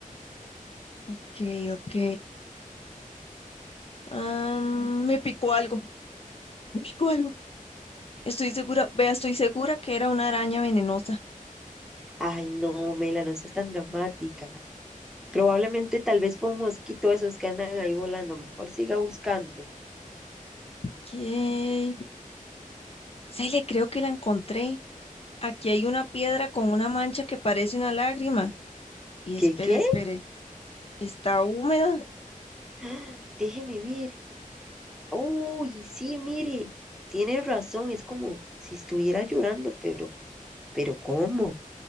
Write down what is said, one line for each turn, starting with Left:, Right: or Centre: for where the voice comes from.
Left: Ok, ok. Am, me picó algo, <laughs> me picó algo. Estoy segura, vea, estoy segura que era una araña venenosa.
Centre: Ay, no, Mela, no seas tan dramática. Probablemente tal vez fue un mosquito esos que andan ahí volando. Mejor siga buscando.
Left: ¿Qué? Se le creo que la encontré. Aquí hay una piedra con una mancha que parece una lágrima. Y
Centre: ¿Qué,
Left: espere,
Centre: qué?
Left: espere, ¿está húmeda?
Centre: <gasps> ¡Ah! Déjeme ver. Uy, sí, mire. Tiene razón, es como si estuviera llorando, pero, pero ¿cómo?